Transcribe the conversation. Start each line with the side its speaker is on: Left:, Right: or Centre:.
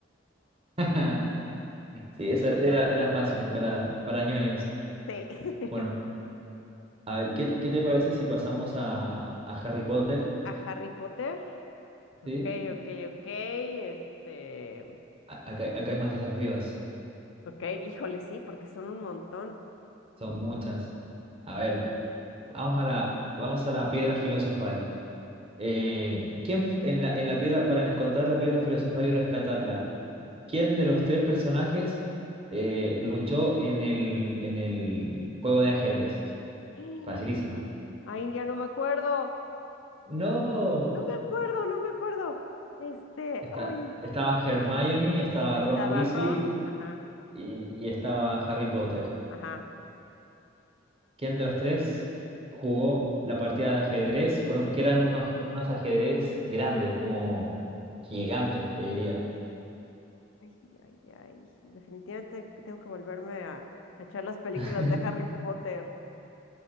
Right: <laughs> Sí, esa era, era fácil para, para ñoños.
Left: Sí. <laughs>
Right: Bueno, a ver, ¿qué, qué te parece si pasamos a, a Harry Potter?
Left: A Harry Potter. Ok,
Right: ¿Sí?
Left: ok, ok. Este.
Right: A- Acá, acá hay más desafíos,
Left: Ok, híjole, sí, porque son un montón.
Right: son muchas. A ver, vamos a la, vamos a la piedra filosofal. Eh, ¿quién f- en la, en la piedra, para encontrar la piedra filosofal y rescatarla, ¿Quién de los tres personajes eh, luchó en el, en el juego de ajedrez?
Left: <gasps>
Right: Facilísima.
Left: Ay, ya no me acuerdo.
Right: No.
Left: No me acuerdo, no me acuerdo. Este,
Right: Está,
Left: ay,
Right: estaba Hermione, estaba
Left: estaba
Right: Ron Weasley
Left: Ron, ajá,
Right: y, y estaba Harry Potter.
Left: ajá.
Right: ¿Quién de los tres jugó la partida de ajedrez? con un- que eran unos, en unos ajedrez grandes, como gigantes, te diría.
Left: Ay, ay, ay. Definitivamente que tengo que volverme a, a echar las películas
Right: <laughs>
Left: de Harry Potter.